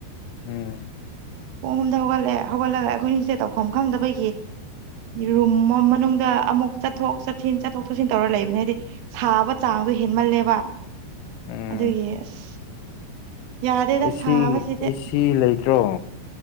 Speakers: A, on the left (about 80°); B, on the right (about 85°).
A: ꯎꯝ
B: ꯄꯨꯡ ꯑꯍꯨꯝꯗ ꯍꯧꯒꯠꯂꯑꯦ ꯍꯧꯒꯠꯂꯒ ꯑꯩꯈꯣꯏꯅꯤꯁꯦ ꯇꯧꯐꯝ ꯈꯪꯗꯕꯒꯤ ꯔꯨꯝ ꯃꯅꯨꯡꯗ ꯑꯃꯨꯛ ꯆꯠꯊꯣꯛ ꯆꯠꯁꯤꯟ ꯆꯠꯊꯣꯛ ꯆꯠꯁꯤꯟ ꯇꯧꯔ ꯂꯩꯕꯅꯦ ꯍꯥꯏꯗꯤ ꯁꯥꯕ ꯆꯥꯡ ꯍꯦꯟꯃꯜꯂꯦꯕ
A: ꯎꯝ
B: ꯑꯗꯨꯒꯤ ꯑꯁ ꯌꯥꯗꯦꯗ
A: ꯑꯦꯁꯤ
B: ꯁꯥꯕꯁꯤꯗꯤ
A: ꯑꯦꯁꯤ ꯂꯩꯇ꯭ꯔꯣ